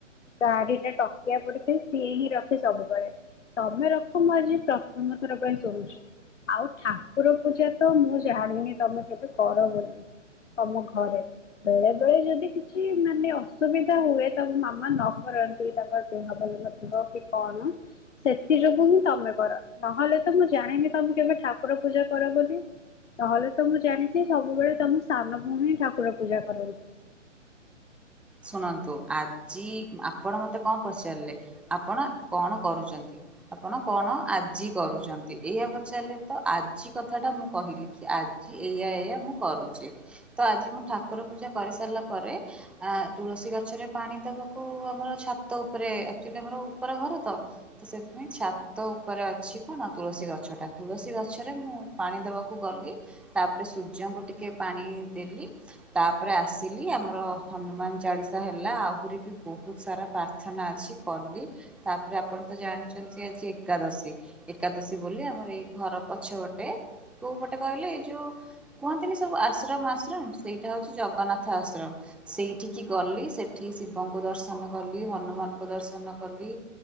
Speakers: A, on the left; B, in the centre.
A: ଚାରିଟା ଟକିଆ ପଡିଥାଏ ସିଏ ହିଁ ରଖେ ସବୁବେଳେ। ତମେ ରଖ ମୁଁ ଆଜି ପ୍ରଥମ ଥର ପାଇଁ ଶୁଣୁଛି। ଆଉ ଠାକୁର ପୂଜା ତ ମୁଁ ଜାଣିନି ତମେ କେବେ କର ବୋଲି। ତମ ଘରେ। ବେଳେ ବେଳେ ଯଦି କିଛି ମାନେ ଅସୁବିଧା ହୁଏ। ତ ମାମା ନ କରନ୍ତି ତାଙ୍କର ଦେହ ଭଲ ନଥିଲେ କି କଣ? ସେଥି ଯୋଗୁ ହିଁ ତମେ କର ନହେଲେ ତ ମୁଁ ଜାଣିନି ତମେ କେବେ ଠାକୁର ପୂଜା କର ବୋଲି। ନହେଲେ ତ ମୁଁ ଜାଣିଛି ସବୁବେଳେ ତମ ସାନ ଭଉଣୀ ହିଁ ଠାକୁର ପୂଜା କରନ୍ତି।
B: ଶୁଣନ୍ତୁ ଆଜି ଆପଣ ମତେ କଣ ପଚାରିଲେ ଆପଣ କଣ କରୁଛନ୍ତି? ଆପଣ କଣ ଆଜି କରୁଛନ୍ତି। ଏଇଆ ପଚାରିଲେ ତ ଆଜି କଥା ଟା ମୁଁ କହିଲି କି ଆ ଜି ଏଇଆ ଏଇୟା ମୁଁ କରୁଛି ତ ଆଜି ମୁଁ ଠାକୁର ପୂଜା କରିସାରିଲା ପରେ ଆ ତୁଳସୀ ଗଛରେ ପାଣି ଦବାକୁ ଆମର ଛାତ ଉପରେ ଆକ୍ଚୁଲି ଆମର ଉପରେ ଘର ତ। ତ ସେଥିପାଇଁ ଛାତ ଉପରେ ଅଛି କଣ ତୁଳସୀ ଗଛଟା। ତୁଳସୀ ଗଛରେ ମୁଁ ପାଣି ଦବାକୁ ଗଲି। ତାପରେ ସୂର୍ଯ୍ୟଙ୍କୁ ଟିକେ ପାଣି ଦେଲି। ତାପରେ ଆସିଲି ଆମର ହନୁମାନ ଚାଳିଶା ହେଲା। ଆହୁରି ବି ବହୁତ୍ ସାରା ପ୍ରାର୍ଥନା ଅଛି କଲି। ତାପରେ ଆପଣ ତ ଜାଣିଛନ୍ତି ଆଜି ଏକାଦଶୀ। ଏକାଦଶୀ ବୋଲି ଆମର ଏଇ ଘର ପଛପଟେ କୋଉ ପଟେ କହିଲେ ଏଇ ଯୋଉ କୁହନ୍ତିନି ସବୁ ଆଶ୍ରମ ଆଶ୍ରମ ସେଇଟା ହଉଚି ଜଗନ୍ନାଥ ଆଶ୍ରମ। ସେଇଠିକି ଗଲି ସେଠି ଶିବଙ୍କୁ ଦର୍ଶନ କଲି ହନୁମାନଙ୍କୁ ଦର୍ଶନ କଲି।